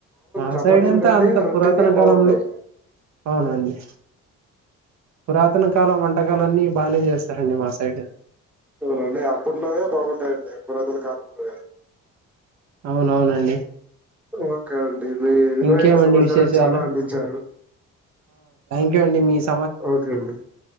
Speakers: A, on the right (about 65°); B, in the centre.
A: మా
B: చపాతీల
A: సైడ్ అంతా
B: కంటే
A: అంత
B: రొట్టెలే
A: పురాతన కాలంలో
B: బాగుంటాయి
A: అవునండి పురాతన కాలం వంటకలు అన్నీ బాగానే చేస్తారండి మా సైడ్
B: రండి అప్పట్లోనే బాగుంటాయండి పురాతన కాలంలో
A: అవునవునండి
B: ఓకే అన్ అ మీ విలువైన
A: ఇంకేమండి
B: సమాచారం
A: విశేషాలు
B: చాలా అందించారు
A: ండి మీస్
B: ఓకే అండి